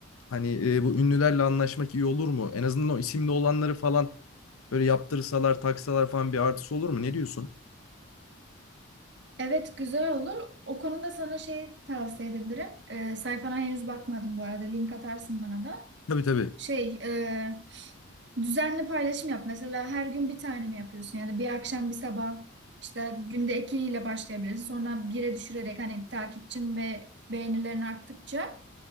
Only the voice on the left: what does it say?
Hani e, bu ünlülerle anlaşmak iyi olur mu? En azından o isimli olanları falan böyle yaptırsalar, taksalar falan bir artısı olur mu? Ne diyorsun?
Tabii tabii.